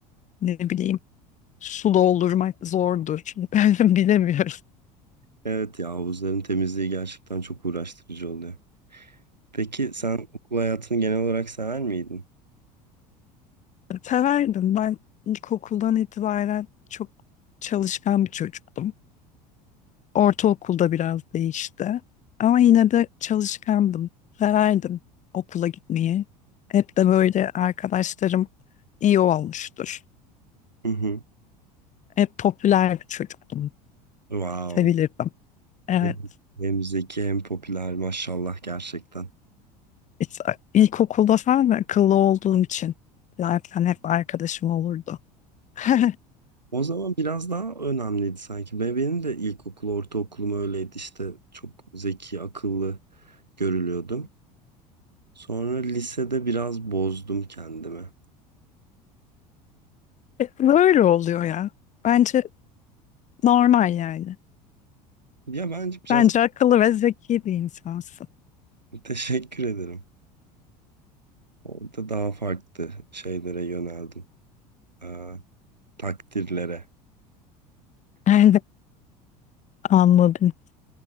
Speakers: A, on the left; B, on the right.
A: ne bileyim su doldurmak zordur. Şimdi <laughs> ben bilemiyorum.
B: Evet ya havuzların temizliği gerçekten çok uğraştırıcı oluyor. Peki sen okul hayatını genel olarak sever miydin?
A: Severdim. Ben ilkokuldan itibaren çok çalışkan bir çocuktum. Ortaokulda biraz değişti. Ama yine de çalışkandım. Severdim okula gitmeyi. Hep de böyle arkadaşlarım iyi olmuştur.
B: Hı hı.
A: Hep popüler bir çocuktum.
B: Wow.
A: Sevilirdim. Evet.
B: Hem, hem zeki hem popüler maşallah gerçekten.
A: İşte ilkokulda falan da akıllı olduğum için zaten hep arkadaşım olurdu. <laughs>
B: O zaman biraz daha önemliydi sanki. Be- Benim de ilkokul, ortaokulum öyleydi işte çok zeki, akıllı görülüyordum. Sonra lisede biraz bozdum kendimi.
A: Böyle oluyor ya. Bence normal yani.
B: Ya bence biraz
A: Bence akıllı ve zeki bir insansın.
B: <laughs> teşekkür ederim. Orada daha farklı şeylere yöneldim. Ee, takdirlere.
A: <laughs> Yani anladım.